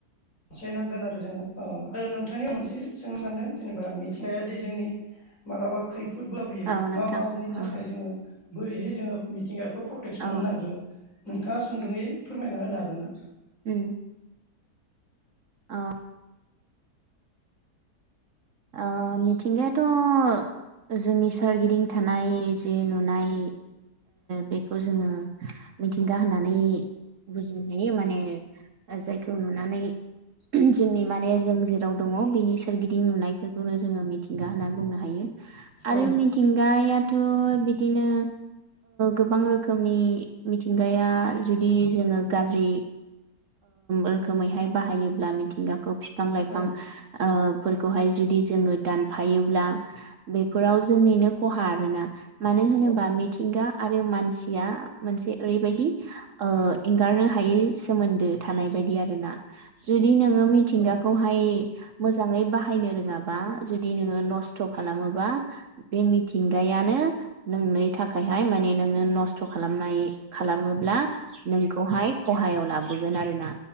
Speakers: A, on the left; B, on the right.
A: अनसायनांगोन आरो जोङो आरो नोंथांनियाव मोनसे सोंनो सानदों जेनेबा मिथिनायादि जोंनि मालाबा खैफोदबो लाबोयो
B: औ नोंथां
A: मा मानि थाखाय
B: औ
A: जोङो बोरैहाय जोङो मिथिंगाखौ प्रटेकसन होनांगौ
B: औ
A: नोंथाङा सुंदुङै फोरमायना होनो हागोन ना
B: उम ओ ओ मिथिंगायाथ' जोंनि सोरगिदिं थानाय जे नुनाय बेखौ जोङो मिथिंगा होनानै बुजिनो हायो माने जायखौ नुनानै जोंनि माने जों जेराव दङ बेनि सोरगिदिं नुनाय बेफोरखौनो जोङो मिथिंगा होननानै बुंनो हायो आरो
A: औ
B: मिथिंगाया थ' बिदिनो गोबां रोखोमनि मिथिंगाया जुदि जों गाज्रि रोखोमैहाय बाहायोब्ला मिथिंगाखौ फि बिफां लाइफां
A: औ
B: फोरखौहाय जुदि जोङो दानफायोब्ला बेफोराव जोंनिनो खहा आरोना मानो होनोबा
A: औ
B: मिथिंगा आरो मानसिया मोनसे ओरैबायदि एंगारनो हायै सोमोन्दो थानाय बायदि आरो ना जुदि नोङो मिथिंगाखौहाय
A: औ
B: मोजाङै बाहायनो रोङाबा जुदि नोङो नस्थ' खालामोबा बे मिथिंगायानो नोंनि थाखायहाय माने नोंनो नस्थ' खालामनाय खालामोब्ला नोंखौहाय खहायाव लाबोगोन आरोना